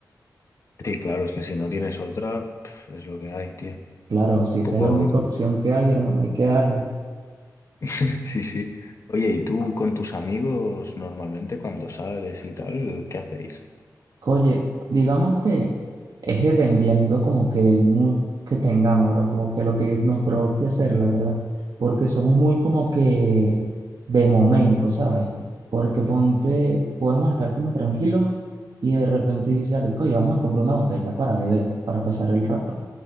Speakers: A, on the left (about 45°); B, on the right (about 70°).
A: Sí, claro, es que si no tienes otra, pf, es lo que hay, tío. Claro.
B: Claro, si esa
A: Poco.
B: es la única opción que hay, hermano, hay que darle.
A: <laughs> Sí, sí. Oye, ¿y tú con tus amigos normalmente cuando sales y tal, qué hacéis?
B: Oye, digamos que es dependiendo como que del mood que tengamos, bro, como que lo que nos provoque hacer, la verdad, porque somos muy como que de momento, ¿sabes? Porque ponte, podemos estar como tranquilos y de repente dice alguien, oye, vamos a comprar una botella para beber, para pasar el rato.